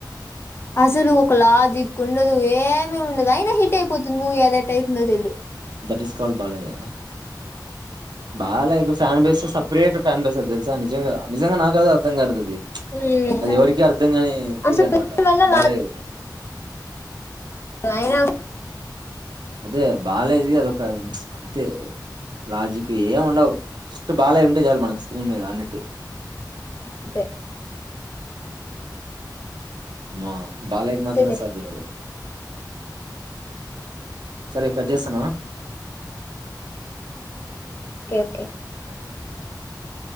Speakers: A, on the left; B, on the right.
A: అసలు ఒక లాజిక్ ఉండదు ఏమి ఉండదు, అయినా హిట్ అయిపోతుంది మూవీ అదెట్ట అవుతుందో తెలీదు
B: that is called Balayya Balayya fan base separate fan base అది తెలుసా నిజంగా నిజంగా నాకు అది అర్థంగాదది
A: ఉమ్
B: అది ఎవరికి అర్థంగాని తీరు
A: అసలు
B: అనమాట
A: ఏమైనా
B: బాలయ్య ధీ
A: అైనా గు
B: అదే బాలయ్య దిఅదొ అంతే లాజిక్ ఏమి ఉండవు జస్ట్ బాలయ్య ఉంటే చాలు మనకు స్క్రీన్ మీద అన్నట్టు
A: అంతే
B: మా బాలయ్య కి మాత్రమే
A: చేసేయ్
B: సాధ్యం అది సరే కట్ చేస్తున్న
A: ఓకే ఓకే
B: <inaudible>